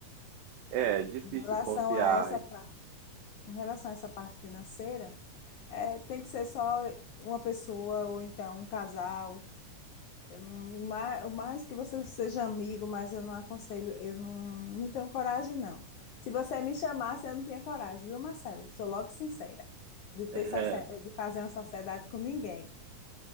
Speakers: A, on the right (about 80°); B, on the left (about 65°).
A: É, difícil
B: Em relação
A: confiar.
B: a essa parte, em relação a essa parte financeira, é, tem que ser só uma pessoa ou então um casal Eu não, o ma- o mais que você seja amigo, mas eu não aconselho, eu não, não tenho coragem, não. Se você me chamasse, eu não tinha coragem, viu, Marcelo? Sou logo sincera, de ter
A: <laughs>
B: socie- de fazer uma sociedade com ninguém.